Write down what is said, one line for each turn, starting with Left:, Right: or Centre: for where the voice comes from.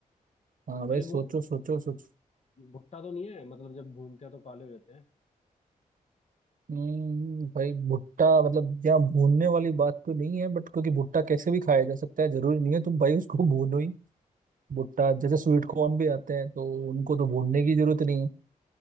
Right: हाँ भाई
Left: अरे
Right: सोचो
Left: वो
Right: सोचो सोचो
Left: भुट्टा तो नहीं है मतलब जब भूनते हैं तो काले हो जाते हैं
Right: हम्म भाई भुट्टा मतलब यहाँ भूनने वाली बात तो नहीं है बट क्योंकि भुट्टा कैसे भी खाया जा सकता है जरूरी नहीं है तुम भाई उसको <laughs> भूनो ही भुट्टा जैसे स्वीट कॉर्न भी आते हैं तो उनको तो भूनने की जरूरत नहीं है